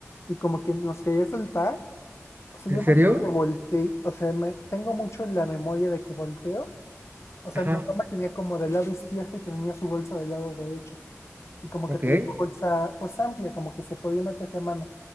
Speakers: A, on the left (about 60°); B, on the right (about 40°).
A: y como que nos quería soltar. O sea,
B: ¿En
A: yo me
B: serio?
A: acuerdo que volteé, o sea, me, tengo mucho en la memoria de que volteo. O sea,
B: Ajá,
A: mi mamá me tenía como del lado izquierdo y tenía su bolsa del lado derecho. Y como
B: ok.
A: que tenía una bolsa pues amplia, como que se podía meter la mano.